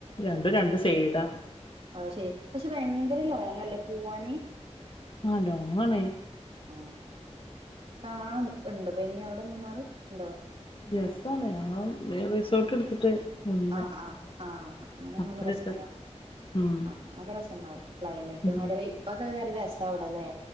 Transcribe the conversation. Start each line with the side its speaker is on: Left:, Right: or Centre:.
Left: രണ്ടും രണ്ട് സൈഡാ
Right: അ ഹ്‌ ശരി പക്ഷെ ഭയങ്കര ലോങ് അല്ലേ പോവാന്
Left: ആ ലോങ്ങാണ്
Right: ആ കാണാ ഉണ്ടപ്പ ഇനി അവിടെ മൂ ന്നാറ് ഉണ്ടോ
Left: രസാ ണ് ഞങ്ങൾ റിസോട്ട് എടുത്തിട്ട് നിന്ന്.
Right: ആഹ് ആ ആ അങ്ങനെ
Left: അപ്പ
Right: നല്ല രസണ്ടാവും
Left: രസാ ഉം
Right: ആഹ അതെ ക്കെ രസംുണ്ടാാവും ക്ലൈമറ്റുംങ്ങ
Left: ഉം
Right: ഇപ്പൊക്കെ രസ അവിടല്ലേ